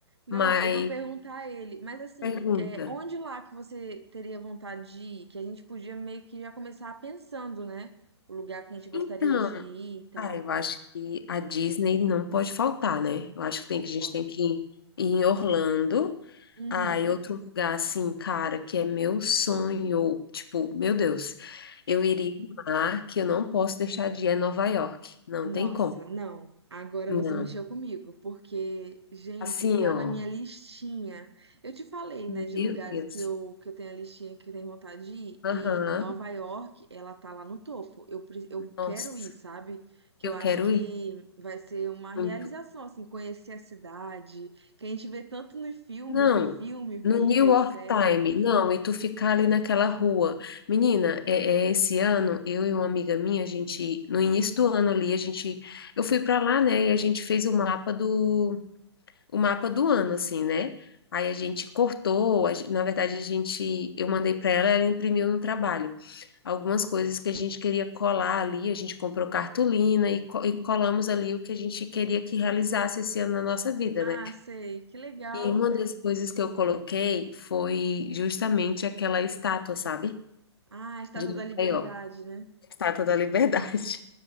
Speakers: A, on the right (about 70°); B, on the left (about 55°).
A: Não,
B: mas
A: eu vou perguntar a ele. Mas assim,
B: pergunta.
A: é, onde lá que você teria vontade de ir? Que a gente podia meio que já começar pensando, né? O lugar que a gente gostaria
B: Então,
A: de ir e tal.
B: ah, eu acho que a Disney não pode faltar, né? Eu acho que tem
A: Não
B: que
A: pode.
B: a gente tem que ir em Orlando.
A: Uhum.
B: Ah, e outro lugar assim, cara, que é meu sonho, tipo, meu Deus, eu iria lá, que eu não posso deixar de ir é Nova York. Não
A: Nossa,
B: tem como.
A: não. Agora
B: Não.
A: você mexeu comigo, porque, gente,
B: Assim,
A: tá
B: ó.
A: na minha listinha. Eu te falei,
B: Meu
A: né, de lugares
B: Deus.
A: que eu, que eu tenho a listinha que eu tenho vontade de
B: Aham.
A: ir, e Nova York, ela tá lá no topo. Eu, pre- eu
B: Nossa,
A: quero ir, sabe? Que
B: eu
A: eu acho
B: quero
A: que
B: ir
A: vai ser uma realização,
B: muito.
A: assim, conhecer a cidade, que a gente vê tanto no filme,
B: Não,
A: né? Filme, vídeo,
B: no New York
A: série.
B: Time, não, e tu ficar ali naquela rua. Menina, é, é esse ano, eu e uma amiga minha, a gente, no início do ano ali, a gente, eu fui pra lá, né, e a gente fez o mapa do o mapa do ano, assim, né? Aí a gente cortou, a gen- na verdade a gente, eu mandei para ela, ela imprimiu no trabalho. Algumas coisas que a gente queria colar ali, a gente comprou cartolina e, co- e colamos ali o que a gente queria que realizasse esse ano na nossa vida,
A: Ah,
B: né?
A: sei, que legal.
B: E uma das coisas que eu coloquei foi justamente aquela estátua, sabe?
A: Ah, Estátua
B: De Nova
A: da Liberdade,
B: York,
A: né?
B: a Estátua da Liberdade.